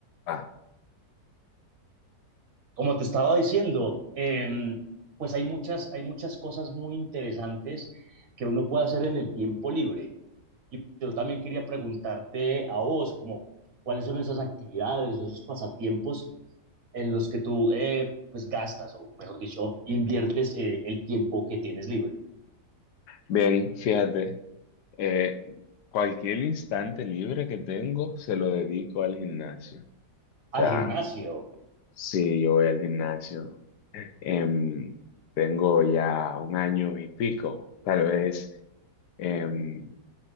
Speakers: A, on the left; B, on the right.
A: Ah,
B: como te estaba diciendo, eh, pues hay muchas, hay muchas cosas muy interesantes que uno puede hacer en el tiempo libre. Y yo también quería preguntarte a vos, como, ¿cuáles son esas actividades, esos pasatiempos en los que tú, eh, pues, gastas, o mejor dicho, inviertes eh, el tiempo que tienes libre?
A: bien, fíjate, eh, cualquier instante libre que tengo se lo dedico al gimnasio. O sea,
B: Al gimnasio.
A: sí, yo voy al gimnasio. Em, tengo ya un año y pico. Tal vez em,